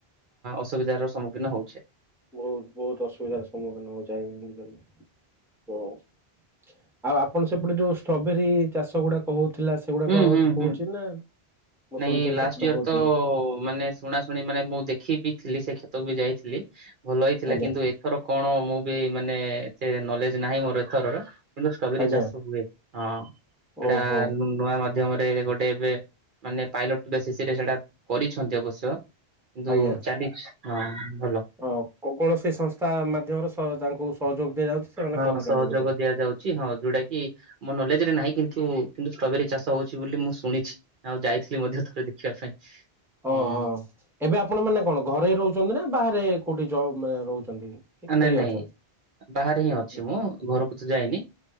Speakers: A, on the right; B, in the centre.
A: ଅସୁବିଧାର ସମ୍ମୁଖୀନ ହଉଛେ।
B: ବହୁତ ବହୁତ ଅସୁବିଧାର ସମ୍ମୁଖୀନ ହଉ ଯାଇବି ବୁ କଲି ହଉ। ଆଉ ଆପଣ ସେପଟେ ଯୋଉ ଷ୍ଟ୍ରବେରୀ ଚାଷ ଗୁଡାକ ହଉଥିଲା ସେଗୁଡାକ
A: ହୁଁ ହୁଁ
B: ହଉଛି
A: ହୁଁ।
B: ନା। ମୁଁ
A: ନାଇଁ
B: ଶୁଣିଥିଲି
A: ଲାଷ୍ଟ
B: ସେପଟେ
A: ଇୟର
B: ହଉଛି
A: ତ ମାନେ ଶୁଣା ଶୁଣି ମାନେ ମୁଁ ଦେଖି ବିି ଥିଲି ସେ କ୍ଷେତକୁ ବି ଯାଇଥିଲି ଭଲ ହେଇ ଥିଲା
B: ଆଜ୍ଞା
A: କିନ୍ତୁ ଏଥର କଣ ମୁଁ ବି ମାନେ ଏ ନଲେଜ ନାହିଁ ମୋର ଏଥରର କିନ୍ତୁ ଷ୍ଟ୍ରବେରୀ
B: ଆଜ୍ଞା
A: ଚାଷ ହୁଏ। ହଁ ସେଇଟା
B: ଓହୋ
A: ନୂଆ ମାଧ୍ୟମରେ ଗୋଟେ ଏବେ ମାନେ ପାଇଲଟ ବେଶି ସିରେ ସେଟା କରିଛନ୍ତି ଅବଶ୍ୟ କିନ୍ତୁ
B: ଆଜ୍ଞା।
A: ଚାଲି ହଁ ଭଲ।
B: ଅ କୌଣସି ସଂସ୍ଥା ମାଧ୍ୟମରେ ତାଙ୍କୁ ସହଯୋଗ ଦିଆଯାଉଛି। ସେମାନେ
A: ହଁ
B: କରୁଛନ୍ତି
A: ସହଯୋଗ
B: ବୋଧେ।
A: ଦିଆଯାଉଛି। ହଁ ଯୋଉଟା କି ମୋ ନଲେଜ ରେ ନାହିଁ କିନ୍ତୁ କିନ୍ତୁ ଷ୍ଟ୍ରବେରୀ ଚାଷ ହଉଛି ବୋଲି ମୁଁ ଶୁଣିଛି। ଆଉ ଯାଇଥିଲି ମଧ୍ୟ ଥରେ ଦେଖିବା ପାଇଁ ହୁଁ।
B: ଓହୋ ଏବେ ଆପଣ ମାନେ କଣ ଘରେ ରହୁଛନ୍ତି ନା ବାହାରେ କୋଉଠି ମାନେ ରହୁଛନ୍ତି। ଘରେ
A: ନାଇଁ
B: ହିଁ
A: ନାଇଁ
B: ଅଛନ୍ତି
A: ବାହାରେ ହିଁ ଅଛି
B: ନା?
A: ମୁଁ ଘରକୁ ତ ଯାଇନି।